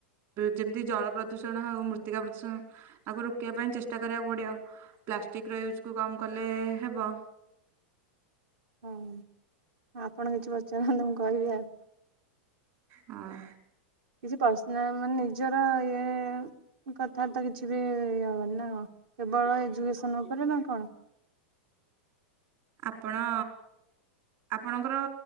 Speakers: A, on the right (about 50°); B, on the right (about 70°).
A: ଯେମିତି ଜଳ ପ୍ରଦୂଷଣ ହଉ ମୃତ୍ତିକା ପ୍ରଦୂଷଣ ତାକୁ ରୋକିବା ପାଇଁ ଚେଷ୍ଟା କରିବାକୁ ପଡିବ। ପ୍ଲାଷ୍ଟିକର ୟୁଜ୍ କୁ କମ୍ କଲେ ହେବ।
B: ହଉ ଆପଣ କିଛି ପଚାରନ୍ତୁ ମୁଁ କହିବି ଆଉ।
A: ହଁ।
B: କିଛି ପର୍ସନା ମାନେ ନିଜର ଇଏ କଥାବାର୍ତା କିଛି ବି ଇଏ ହବାନି ନା କଣ କେବଳ ଏଜୁକେସନ ଉପରେ ନା କଣ?
A: ଆପଣ ଆପଣଙ୍କର